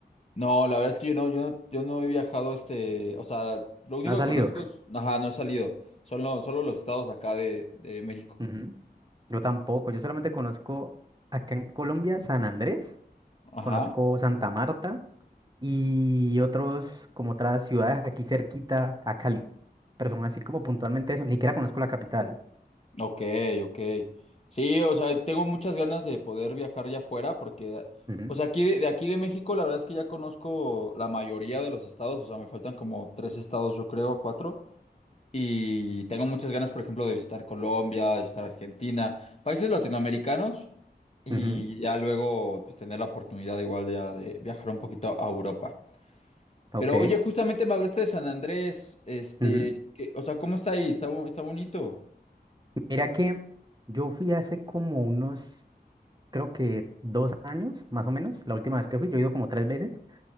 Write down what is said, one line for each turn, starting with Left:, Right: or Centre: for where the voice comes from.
Left: No, la verdad es que yo no, yo no, yo no he viajado este, o sea, lo único
Right: ¿No has salido?
Left: que conozco es, ajá, no he salido, solo, solo los estados acá de, de México.
Right: <laughs> Ujú. Yo tampoco, yo solamente conozco acá en Colombia San Andrés.
Left: Ajá,
Right: conozco Santa Marta y otros como otras ciudades aquí cerquita a Cali, pero son así como puntualmente eso, ni siquiera conozco la capital.
Left: ok, ok. Sí, o sea, tengo muchas ganas de poder viajar ya afuera porque,
Right: Ujú,
Left: o sea, aquí de, de aquí de México, la verdad es que ya conozco la mayoría de los estados, o sea, me faltan como tres estados, yo creo, cuatro. Y tengo muchas ganas, por ejemplo, de visitar Colombia, de visitar Argentina, países latinoamericanos y
Right: ujú, ujú,
Left: ya luego pues, tener la oportunidad igual de, ya de viajar un poquito a Europa.
Right: Ok.
Left: Pero oye, justamente me hablaste de San Andrés, este,
Right: ujú.
Left: que- o sea, ¿cómo está ahí? ¿Está, bu- está bonito?
Right: Mira que yo fui hace como unos, creo que dos años, más o menos, la última vez que fui, yo he ido como tres veces.